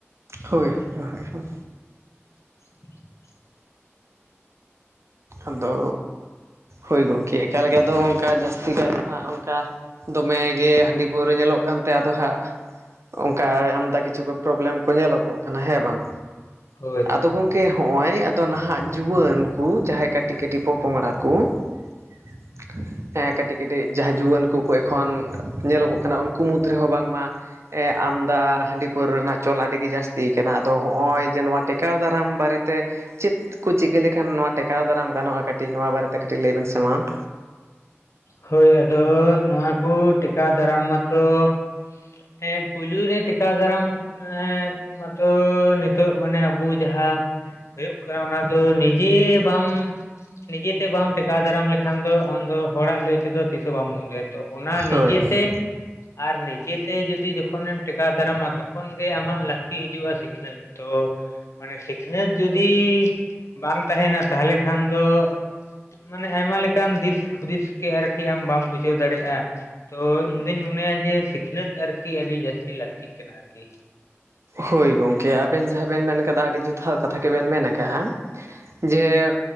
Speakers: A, on the right; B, on the left.
A: ᱦᱳᱭ ᱦᱳᱭ ᱦᱳᱭ,
B: <inaudible>
A: ᱟᱫᱚ ᱦᱳᱭ ᱜᱚᱝᱠᱮ ᱮᱠᱟᱞᱜᱮ ᱟᱫᱚ ᱚᱝᱠᱟ ᱡᱟᱹᱥᱛᱤ ᱠᱟᱭ ᱫᱚ ᱦᱟᱸᱜ ᱚᱱᱠᱟ, ᱫᱚᱢᱮ ᱜᱮ ᱦᱟᱺᱰᱤ ᱯᱟᱹᱣᱨᱟᱹ ᱧᱮᱞᱚᱜ ᱠᱟᱱᱛᱮ ᱟᱫᱚ ᱦᱟᱸᱜ ᱚᱝᱠᱟ ᱟᱢᱫᱟ ᱠᱤᱪᱷᱩ ᱠᱚ ᱯᱨᱚᱵᱞᱮᱢ ᱠᱚ ᱧᱮᱞᱚᱜᱚᱜ ᱠᱟᱱᱟ ᱦᱮᱸ ᱵᱟᱝ?
B: ᱦᱳᱹᱭ ᱾
A: ᱟᱫᱚ ᱜᱚᱢᱠᱮ ᱦᱚᱜᱼᱚᱭ ᱟᱫᱚ ᱱᱟᱦᱟᱜ ᱡᱩᱣᱟᱹᱱ ᱠᱚ ᱡᱟᱦᱟᱸᱭ ᱠᱟᱹᱴᱤᱡ ᱠᱟᱹᱴᱤᱡ ᱯᱚᱼᱯᱚᱝᱲᱟ ᱠᱚ ᱾ <unintelligible> ᱦᱮᱸ ᱠᱟᱹᱴᱤᱡ ᱠᱟᱹᱴᱤᱡ ᱡᱟᱦᱟᱸ ᱡᱩᱣᱟᱹᱱ ᱠᱚᱠᱚ ᱮᱠᱷᱚᱱ ᱧᱮᱞᱚᱜ ᱚᱜ ᱠᱟᱱᱟ ᱩᱱᱠᱩ ᱢᱩᱫᱽ ᱨᱮᱦᱚᱸ ᱵᱟᱝ ᱢᱟ ᱾ ᱟᱢᱫᱟ ᱦᱟᱺᱰᱤ ᱯᱟᱹᱣᱨᱟᱹ ᱨᱮᱱᱟᱜ ᱪᱚᱞ ᱟᱹᱰᱤᱜᱮ ᱡᱟᱹᱥᱛᱤᱭ ᱠᱟᱱᱟ ᱟᱫᱚ ᱦᱚᱜᱼᱚᱭ ᱡᱮ ᱱᱚᱣᱟ ᱾ ᱴᱮᱠᱟᱣ ᱫᱟᱨᱟᱢ ᱵᱟᱨᱮᱛᱮ ᱪᱮᱫ ᱠᱚ ᱪᱤᱠᱟᱹ ᱞᱮᱠᱷᱟᱱ ᱱᱚᱣᱟ ᱴᱮᱠᱟ ᱴᱮᱠᱟᱣ ᱫᱟᱨᱟᱢ ᱜᱟᱱᱚᱜᱼᱟ ᱠᱟᱹᱴᱤᱡ ᱱᱚᱣᱟ ᱵᱟᱨᱮ ᱛᱮ ᱠᱟᱹᱴᱤᱡ ᱞᱟᱹᱭᱵᱮᱱ ᱥᱮ ᱢᱟ ᱾
B: ᱦᱳᱹᱭ ᱟᱫᱚ ᱱᱚᱣᱟ ᱠᱚ ᱴᱮᱠᱟᱣ ᱫᱟᱨᱟᱢ ᱢᱟᱛᱚ ᱾ ᱦᱮᱸ ᱯᱩᱸᱭᱞᱩ ᱨᱮ ᱴᱮᱠᱟᱣ ᱫᱟᱨᱟᱢ ᱾ ᱮ ᱢᱟᱛᱚ ᱱᱤᱛᱚᱜ ᱢᱟᱱᱮ ᱟᱵᱚ ᱡᱟᱦᱟᱸ ᱾ ᱦᱩᱭᱳᱜ ᱠᱟᱱᱟ ᱚᱱᱟ ᱫᱚ ᱱᱤᱡᱮ ᱵᱟᱢ ᱱᱤᱡᱮ ᱛᱮ ᱵᱟᱢ ᱴᱮᱠᱟᱣ ᱫᱟᱨᱟᱢ ᱞᱮᱠᱷᱟᱱ ᱫᱚ ᱟᱢ ᱫᱚ ᱾ ᱛᱮᱫᱚ ᱛᱤᱥ ᱦᱚᱸ ᱵᱟᱢ ᱵᱚᱱᱫᱚᱭᱟ ᱛᱚ ᱚᱱᱟ ᱱᱤᱡᱮᱛᱮ
A: ᱦᱳᱭ ᱦᱳᱭ
B: ᱟᱨ ᱱᱤᱡᱮᱛᱮ ᱡᱩᱫᱤ ᱡᱚᱠᱷᱚᱱᱮᱢ ᱴᱮᱠᱟᱣ ᱫᱟᱨᱟᱢᱟ ᱛᱚᱠᱷᱚᱱ ᱜᱮ ᱟᱢᱟᱜ ᱞᱟᱹᱠᱛᱤ ᱦᱤᱡᱩᱜᱼᱟ ᱥᱤᱠᱷᱱᱟᱹᱛ ᱛᱚ ᱢᱟᱱᱮ ᱥᱤᱠᱷᱱᱟᱹᱛ ᱡᱩᱫᱤ, ᱵᱟᱝ ᱛᱟᱸᱦᱮᱱᱟ ᱛᱟᱦᱚᱞᱮ ᱠᱷᱟᱱ ᱫᱚ ᱢᱟᱱᱮ ᱟᱭᱢᱟ ᱞᱮᱠᱟᱱ ᱫᱤᱥ ᱾ ᱦᱩᱫᱤᱥ ᱠᱤ ᱟᱨᱠᱤ ᱟᱢ ᱵᱟᱢ ᱵᱩᱡᱷᱟᱹᱣ ᱫᱟᱲᱮᱭᱟᱜᱼᱟ ᱾ ᱛᱚᱸ ᱤᱧ ᱫᱚᱧ ᱢᱚᱱᱮᱭᱟ ᱡᱮ ᱥᱤᱠᱷᱱᱟᱹᱛ ᱟᱨᱠᱤ ᱟᱹᱰᱤ ᱡᱟᱹᱥᱛᱤ ᱞᱟᱹᱠᱛᱤᱜ ᱠᱟᱱᱟ ᱟᱨᱠᱤ ᱾
A: ᱦᱳᱭ ᱜᱚᱢᱠᱮ ᱟᱹᱵᱮᱱ ᱡᱟᱦᱟᱸ ᱵᱮᱱ ᱢᱮᱱ ᱠᱟᱫᱟ ᱟᱹᱰᱤ ᱡᱚᱛᱷᱟᱛ ᱠᱟᱛᱷᱟ ᱜᱮᱵᱮᱱ ᱢᱮᱱ ᱟᱠᱟᱜᱼᱟ ᱾ ᱡᱮ